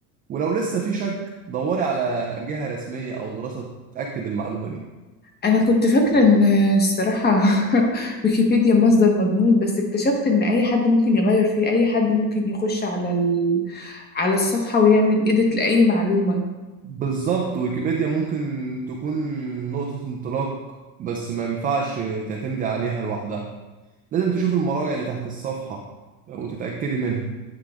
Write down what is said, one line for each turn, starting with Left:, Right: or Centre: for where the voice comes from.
Right: ولو لسه في شك دوري على جهة رسمية أو دراسة تأكد المعلومة دي
Left: أنا كنت فاكرة إن الصراحة <laughs> ويكيبيديا مصدر مضمون بس اكتشفت إن أي حد ممكن يغير فيه أي حد ممكن يخش على ال... على الصفحة ويعمل إيديت لأي معلومة
Right: بالظبط ويكيبيديا ممكن تكون نقطة انطلاق بس ما ينفعش تعتمدي عليها لوحدها لازم تشوف المراجع اللي تحت الصفحة وتتأكدي منها